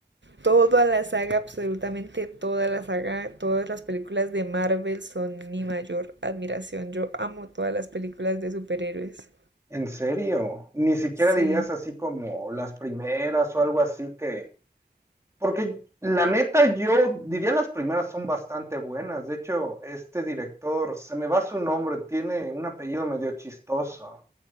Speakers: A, on the right (about 85°); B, on the right (about 15°).
A: toda la saga, absolutamente toda la saga, todas las películas de Marvel son mi mayor admiración. Yo amo todas las películas de superhéroes.
B: ¿En serio? Ni siquiera
A: Sí.
B: dirías así como las primeras o algo así que, Porque la neta, yo diría las primeras son bastante buenas. De hecho, este director, se me va su nombre, tiene un apellido medio chistoso,